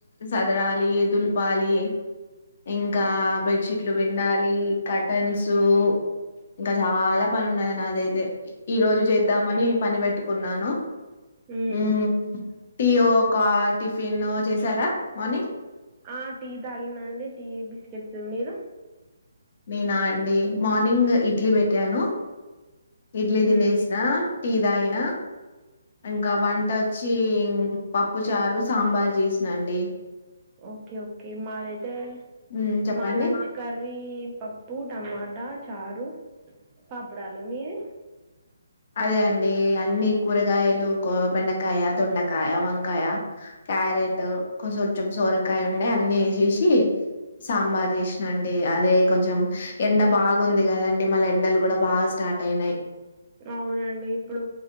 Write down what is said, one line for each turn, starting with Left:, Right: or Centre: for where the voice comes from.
Left: సదరాలి దులపాలి ఇంకా బెడ్ షీట్లు పిండాలి కటన్సు ఇంకా చాలా పని ఉన్నది నాదైతే ఈ రోజు చేద్దామని పని పెట్టుకున్నాను
Right: హ్మ్
Left: మ్మ్ టీయో కా టిఫిన్ చేసారా మార్నింగ్
Right: ఆ టీ తాగిన్న అండి టీ బిస్కెట్స్ మీరు
Left: నేనా అండి మార్నింగ్ ఇడ్లీ పెట్టాను ఇడ్లీ దినేస్నా
Right: ఉమ్.
Left: టీ దాగినా ఇంకా వంట వచ్చి పప్పు చారు సాంబార్ చేసినాండి
Right: ఓకే ఓకే మాదయితే
Left: ఉమ్ చెప్పండి
Right: మా లంచ్ కర్రీ పప్పు టమాటా చారు పాపుడాలు మీది
Left: అదే అండి అన్ని కూరగాయలు కొ బెండకాయ దొండకాయ వంకాయ క్యారెట్ కోసొంచెం సోరకాయ ఉండే అన్ని ఏసేసి సాంబార్ చేసినా అండి అదే కొంచెం ఎండ బాగుంది కదండి మళ్ళ ఎండలు కూడా బాగా స్ట టాటయినాయి
Right: అవునండి ఇప్పుడు